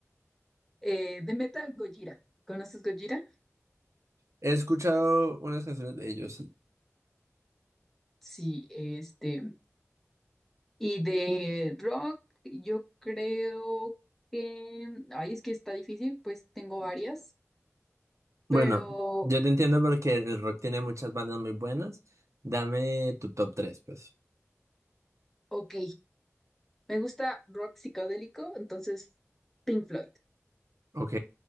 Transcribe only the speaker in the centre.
Eh, de metal, Gojira. ¿Conoces Gojira?
Sí, este, Y de rock, yo creo que, ay, es que está difícil, pues tengo varias,
pero
ok, me gusta rock psicodélico, entonces Pink Floyd.